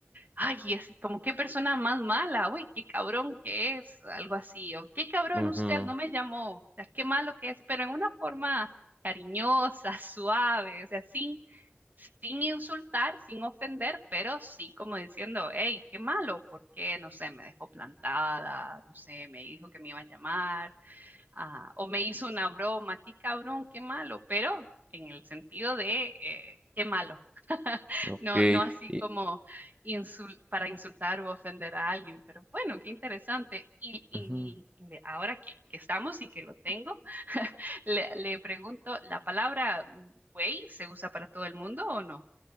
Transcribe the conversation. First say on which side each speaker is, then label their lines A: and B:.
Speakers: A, on the right; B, on the right.
A: Ay, es como qué persona más mala, uy, qué cabrón que es, algo así, o qué cabrón
B: Ujú,
A: usted no me llamó, o sea, qué malo que es, pero en una forma cariñosa, suave, o sea, sin, sin insultar, sin ofender, pero sí como diciendo, hey, qué malo, porque, no sé, me dejó plantada, no sé, me dijo que me iba a llamar, ah, o me hizo una broma, qué cabrón, qué malo, pero en el sentido de, eh, qué malo.
B: ok.
A: No, no así
B: y-
A: como insul- para insultar o ofender a alguien, pero bueno, qué interesante. Y, y
B: ujú.
A: le- ahora que, que estamos y que lo tengo, le, le pregunto, ¿la palabra güey se usa para todo el mundo o no?